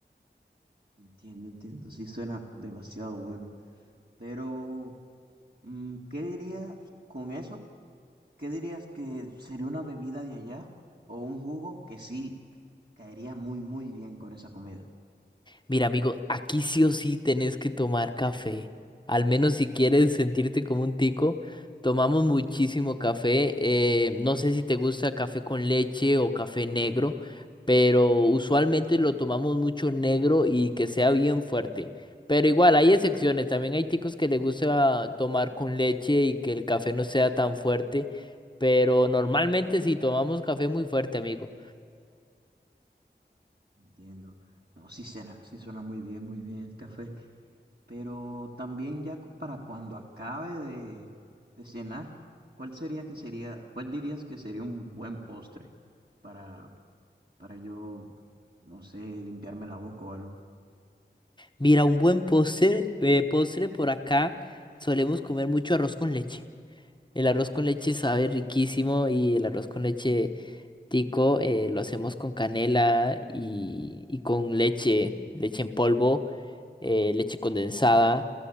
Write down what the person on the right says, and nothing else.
Entiendo, entiendo, sí suena demasiado bueno. Pero, mm, ¿qué dirías con eso? ¿Qué dirías que sería una bebida de allá o un jugo que sí caería muy, muy bien con esa comida?
Entiendo. No, sí suena, sí suena muy bien, muy bien el café. Pero también ya cu- para cuando acabe de, de cenar, ¿cuál sería que sería, cuál dirías que sería un buen postre para, para yo, no sé, limpiarme la boca o algo?